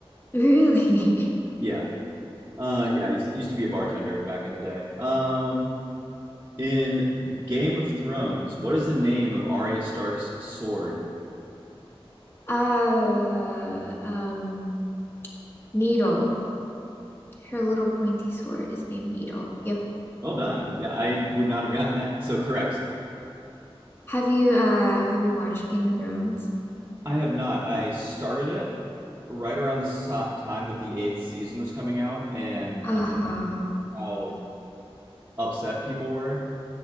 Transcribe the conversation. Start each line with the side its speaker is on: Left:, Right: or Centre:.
Left: Really? <laughs>
Right: yeah, uh, yeah, I used, used to be a bartender back in the day. Um, in Game of Thrones, what is the name of Arya Stark's sword?
Left: Uh, um, Needle. Her little pointy sword is named Needle. Yep.
Right: Well done. Yeah, I would not have gotten that. So correct.
Left: Have you uh have you watched Game of Thrones?
Right: I have not. I started it right around the so- time that the eighth season was coming out, and
Left: Uh-huh.
Right: I know how upset people were.